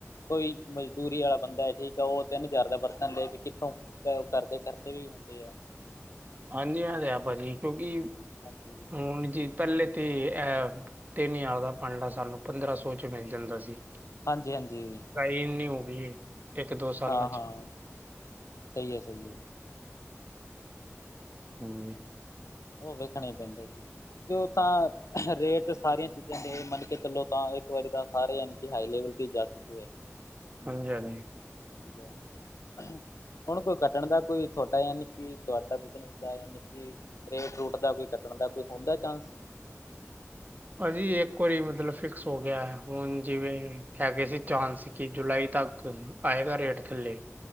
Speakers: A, on the left; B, on the right.
A: ਕੋਈ ਮਜ਼ਦੂਰੀ ਵਾਲਾ ਬੰਦਾ ਠੀਕ ਆ, ਉਹ ਤਿੰਨ ਹਜਾਰ ਦਾ ਬਰਤਨ ਲੇਕੇ ਕਿੱਥੋਂ ਉਹ ਕਰਦੇ ਖਰਚੇ ਵੀ ਹੁੰਦੇ ਆ।
B: ਹਾਂਜੀ, ਮੈਂ ਦਿਆ ਭਾਜੀ, ਕਿਉਂਕਿ
A: ਹਾਂਜੀ
B: ਹੁਣ ਜੀ ਪਹਿਲੇ ਤੇ ਐ, ਤਿੰਨ-ਹਜਾਰ ਦਾ ਭਾਂਡਾ ਸਾਨੂੰ ਪੰਦਰਾਂ-ਸੋ'ਚ ਮਿਲ ਜਾਂਦਾ ਸੀ।
A: ਹਾਂਜੀ, ਹਾਂਜੀ।
B: ਾਈ <unintelligible> ਨੀ ਹੋ ਗਈ ਇੱਕ ਦੋ ਸਾਲ
A: ਹਾਂ
B: ਨਚ
A: ਹਾਂ ਸਹੀ ਹੈ ਸਹੀ ਹੈ
B: <unintelligible> <unintelligible>
A: ਉਹ ਵੇਖਣਾ ਹੀ ਪੈਂਦਾ ਜੀ। ਤੇ ਉਹ ਤਾਂ ਰੇਟ ਸਾਰੀਆਂ ਚੀਜ਼ਾਂ ਦੇ ਮੰਨ ਕੇ ਚਲੋ ਤਾਂ ਇੱਕ ਵਾਰੀ ਤਾਂ ਸਾਰੇ ਅਨ ਤੇ ਹਾਈ ਲੈਵਲ ਤੇ ਹੀ ਜਾ ਚੁੱਕੇ ਹੈ।
B: ਹਾਂਜੀ-ਹਾਂਜੀ।
A: <inaudible> ਹੁਣ ਕੋਈ ਕੱਟਣ ਦਾ ਕੋਈ ਤੁਹਾਡਾ ਯਾ ਨਿੱਕੀ ਤੁਹਾਡਾ ਬਿਜਨਸ ਦਾ ਜਾਂ ਨਿੱਕੀ ਰੇਟ ਰੂਟ ਦਾ ਕੋਈ ਕੱਟਣ ਦਾ ਕੋਈ ਹੁੰਦਾ ਚਾਂਸ
B: ਅਜੀ ਇੱਕ ਵਰੀ ਮਤਲਬ ਫਿਕਸ ਹੋ ਗਿਆ ਹੈ। ਹੁਣ ਜਿਵੇਂ ਹੈਗੇ ਸੀ ਚਾਂਸ ਕਿ ਜੁਲਾਈ ਤੱਕ ਆਏਗਾ ਰੇਟ ਥੱਲੇ